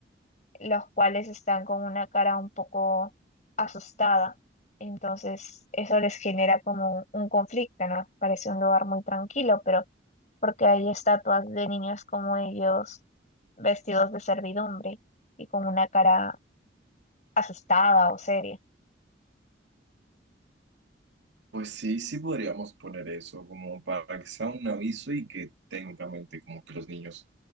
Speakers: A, on the left; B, on the right.
A: los cuales están con una cara un poco asustada. Entonces eso les genera como un conflicto, ¿no? Parece un lugar muy tranquilo, pero porque hay estatuas de niños como ellos vestidos de servidumbre y con una cara asustada o seria.
B: Pues sí, sí podríamos poner eso como para que sea un aviso y que técnicamente como que los niños